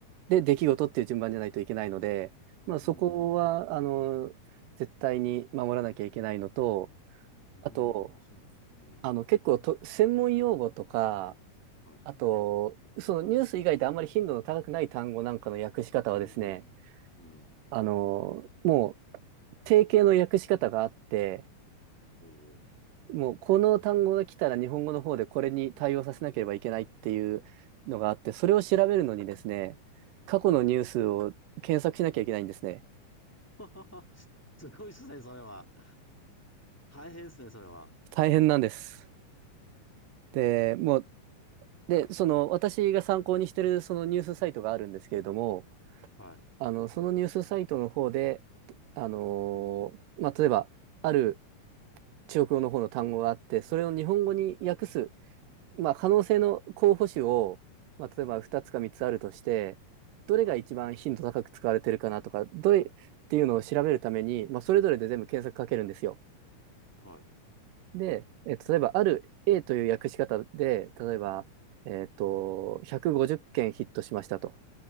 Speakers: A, on the right; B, in the centre.
A: で出来事っていう順番じゃないといけないので、まあ、
B: うん。
A: そこは、あの、絶対に守らなきゃいけないのと、
B: うーん、
A: あと、
B: そうなんですね。
A: あの、結構と、専門用語とか、
B: はい。
A: あと、そのニュース以外であんまり頻度の高くない単語なんかの訳し方はですね、
B: うん。うん。
A: あの、もう、定型の訳し方があって、
B: おお。
A: もう、この単語が来たら日本語の方でこれに対応させなければいけないっていうのがあって、それを調べるのにですね、過去のニュースを検索しなきゃいけないんですね。
B: <laughs> すごいですね、それは。大変ですね、それは。
A: 大変なんです。で、もう、で、その、私が参考にしてるそのニュースサイトがあるんですけれども、
B: はい。
A: あの、そのニュースサイトの方で、あのーまあ、例えば、ある中国語の方の単語があって、それを日本語に訳す、まあ、可能性の候補種を、まあ、例えば2つか3つあるとして、
B: うん。
A: どれが一番頻度高く使われてるかなとか、
B: はい。
A: どれっていうのを調べるために、まあ、それぞれで全部検索かけるんですよ。
B: はい。
A: で、えっと、例えば、ある A という訳し方で、例えば、えっと、150件ヒットしましたと。